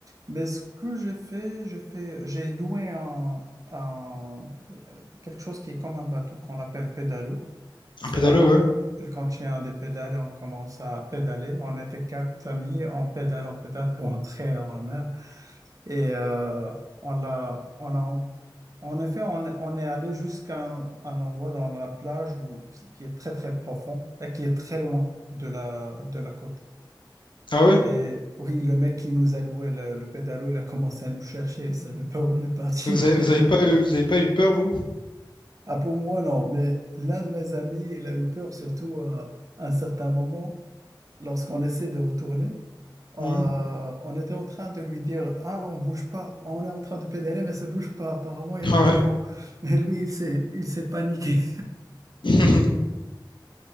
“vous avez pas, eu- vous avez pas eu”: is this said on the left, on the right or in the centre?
Left